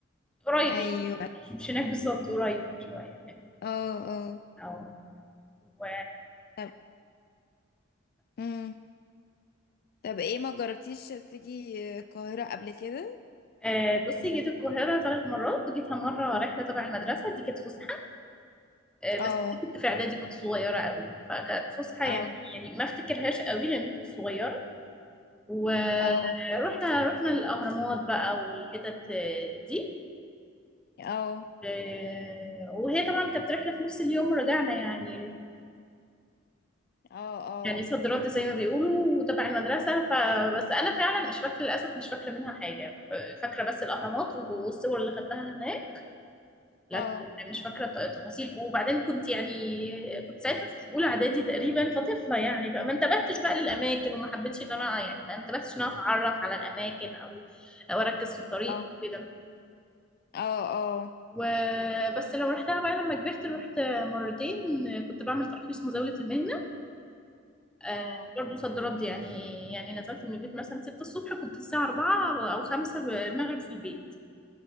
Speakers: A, in the centre; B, on the left.
A: قريب
B: ايوه
A: مش هناك بالظبط قريب شوية يعني
B: اه اه
A: اه و
B: طب امم طب ايه ما جربتيش تيجي القاهرة قبل كده
A: آه، بصي جيت القاهرة ثلاث مرات جيتها مرة رحلة تبع المدرسة دي كانت فسحة آه،
B: اه
A: بس كنت في اعدادي كنت صغيره قوي فكانت فسحه
B: اه
A: يعني يعني ما افتكرهاش قوي لان كنت صغيره ورحنا
B: اه
A: رحنا الاهرامات بقى والحتت آه، دي
B: اه
A: آه، وهي طبعا كانت رحله في نفس اليوم ورجعنا يعني
B: اه اه
A: يعني صد رد زي ما بيقولوا وتبع المدرسه فبس انا فعلا مش فاكره للاسف مش فاكره منها حاجه آه، فاكره بس الاهرامات والصور اللي خدتها هناك لكن
B: اه
A: مش فاكرة ت- تفاصيل وبعدين كنت يعني كنت ساعتها في أولى إعدادي تقريبا فطفلة يعني فما انتبهتش بقى للأماكن وما حبيتش إن أنا يعني ما انتبهتش إن أنا أتعرف على الأماكن أو أو أركز في الطريق
B: اه
A: أو كده
B: اه اه
A: وبس لو رحتها بقى لما كبرت رحت مرتين كنت بعمل ترخيص مزاولة المهنة آه،
B: اه
A: برضه صد رد يعني يعني نزلت من البيت مثلا 6 الصبح كنت الساعة 4 أو 5 المغرب في البيت